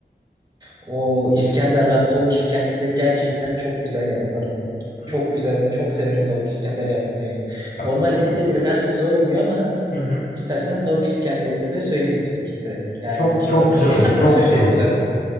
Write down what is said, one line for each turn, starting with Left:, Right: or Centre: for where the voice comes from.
Right: o İskender ben tavuk İskender'i gerçekten çok güzel yaparım.
Left: Hmm.
Right: Çok güzel, çok severim tavuk İskender yapmayı.
Left: Ya,
Right: Normal et de birazcık zor oluyor ama
Left: hı hı.
Right: İstersen tavuk İskender'i de söyleyeyim 2 dakika. Yani
Left: Çok
Right: iki
Left: çok
Right: dakika.
Left: güzel
Right: 3
Left: olur.
Right: dakika
Left: Çok
Right: söylüyor
Left: güzel olur.
Right: zaten.